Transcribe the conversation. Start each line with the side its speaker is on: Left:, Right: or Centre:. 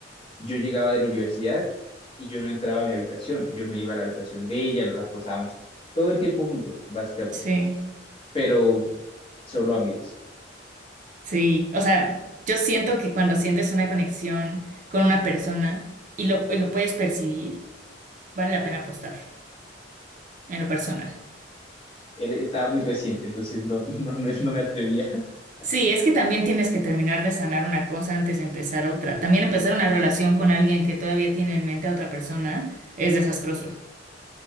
Left: yo llegaba de la universidad y yo no entraba a mi habitación, yo me iba a la habitación de ella, nos las pasábamos todo el tiempo juntos, básicamente,
Right: Sí,
Left: pero solo amigos.
Right: sí. O sea, yo siento que cuando sientes una conexión con una persona y lo, y lo puedes percibir, vale la pena apostar en lo personal.
Left: Él estaba muy reciente, entonces no, <laughs> no, no, no me atrevía. <laughs>
Right: Sí, es que también tienes que terminar de sanar una cosa antes de empezar otra. También empezar una relación con alguien que todavía tiene en mente a otra persona es desastroso.